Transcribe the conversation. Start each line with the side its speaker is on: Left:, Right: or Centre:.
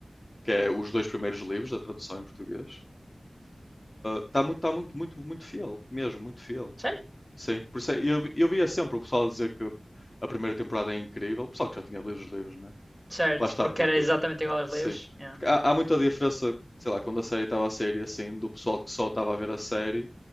Left: que é os dois primeiros livros da tradução em português, está uh, muito, tá muito, muito, muito fiel, mesmo, muito fiel.
Centre: Sério?
Left: Sim, por isso é- eu, eu via sempre o pessoal dizer que a primeira temporada é incrível, o pessoal que já tinha lido os livros, né?
Centre: Certo,
Left: Lá está,
Centre: porque
Left: porque,
Centre: era exatamente igual aos
Left: sim.
Centre: livros. Yeah.
Left: Porque há, há muita diferença, sei lá, quando a série estava a sair e assim, do pessoal que só estava a ver a série